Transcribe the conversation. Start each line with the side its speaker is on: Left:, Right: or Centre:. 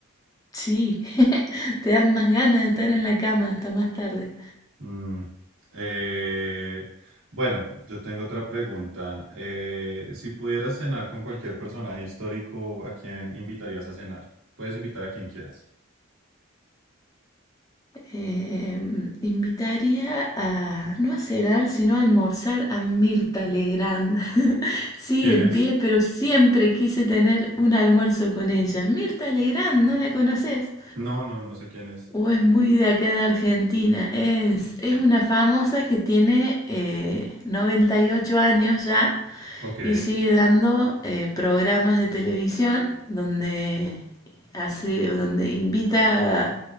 Left: Sí, <laughs> te dan más ganas de estar en la cama hasta más tarde.
Right: Mm, eh, bueno, yo tengo otra pregunta. Eh, si pudieras cenar con cualquier personaje histórico, ¿a quién invitarías a cenar? Puedes invitar a quien quieras.
Left: Eh, invitaría a, no a cenar, sino a almorzar a Mirta Legrand. <laughs> Sigue
Right: ¿Quién
Left: en
Right: es?
Left: pie, pero siempre quise tener un almuerzo con ella. Mirta Legrand, ¿no la conoces?
Right: No, no, no sé quién es.
Left: O es muy de acá de Argentina. Es, es una famosa que tiene eh, 98 años ya
Right: Ok,
Left: y sigue dando eh, programas de televisión donde hace, donde invita a,